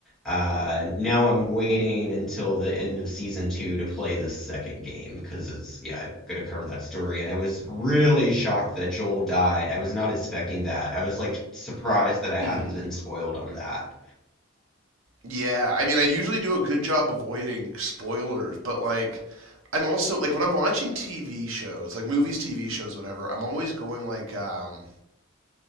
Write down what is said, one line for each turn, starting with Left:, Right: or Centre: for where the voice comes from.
Centre: uh, now I'm waiting until the end of season two to play the second game because it's yeah, gonna cover that story. And I was really shocked that Joel died. I was not expecting that. I was like surprised that I
Right: hmm
Centre: hadn't been spoiled on that.
Right: yeah i mean i usually do a good job avoiding spoilers but like i'm also like when i'm watching tv shows like movies tv shows whatever i'm always going like um